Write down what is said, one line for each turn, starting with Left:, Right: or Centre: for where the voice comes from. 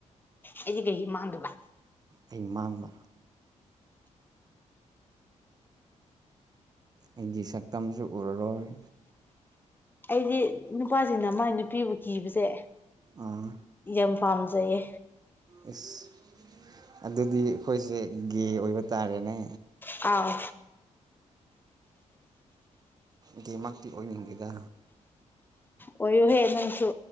Left: ꯑꯩꯗꯤ ꯀꯩꯒꯤ ꯃꯥꯡꯗꯣꯕ
Right: ꯑꯩ ꯃꯥꯡꯕ ꯑꯩꯒꯤ ꯁꯛꯇꯝꯁꯨ ꯎꯔꯔꯣꯏ
Left: ꯑꯩꯗꯤ ꯅꯨꯄꯥꯁꯤꯡꯅ ꯃꯥꯥꯏ ꯅꯨꯄꯤꯕꯨ ꯀꯤꯕꯁꯦ
Right: ꯑꯥ
Left: ꯌꯥꯝ ꯄꯥꯝꯖꯩꯌꯦ
Right: ꯑꯁ ꯑꯗꯨꯗꯤ ꯑꯩꯈꯣꯏꯁꯦ ꯒꯦ ꯑꯣꯏꯕ ꯇꯥꯔꯦꯅꯦ
Left: ꯑꯥꯎ
Right: ꯒꯦ ꯃꯛꯇꯤ ꯑꯣꯏꯅꯤꯡꯗꯦꯗ
Left: ꯑꯣꯏꯌꯨꯍꯦ ꯅꯪꯁꯨ